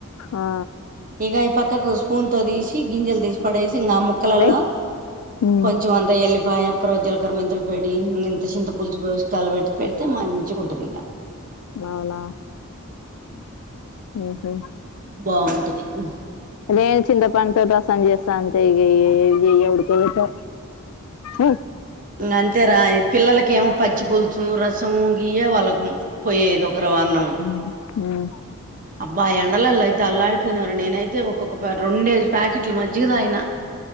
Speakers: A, on the left; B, on the right.
A: ఆ.
B: ఇగ ఈ పక్కకు సు స్పూన్ తో దీసి, గింజలు తీసి పడేసి, ఇంగ ఆ ముక్కలల్ల
A: ఏయ్ ఉమ్
B: కొంచెం అంత ఎల్లి పాయ ఒక్క రోజు జీలకర మెంతుల పెడి, ఇంత చింత పులుసు బెస్టాల్ బెట్టి పెడితే మంచిగుంటది ఇగ
A: అవునా ఉహు
B: బాగుంటది హుమ్
A: లేదు చింతపండుతో రసం చేస్త అంతె ఇగ ఏ ఏం ఎవరికి ఎవరికో ఉ
B: ఉమ్ అంతే రా పిల్లలకేమో పచ్చి పులుసు రసము గియే వాళ్ళకు పోయేది ఒక రవ్వ అన్నం
A: ఉమ్ ఉమ్
B: అబ్బా ఎండలల్ల అయితే అల్లాడిపోయినమ్ర నేనై తే ఒక్కొక్క పారి రొండేసి ప్యాకిట్ల మజ్జిగ దాగిన.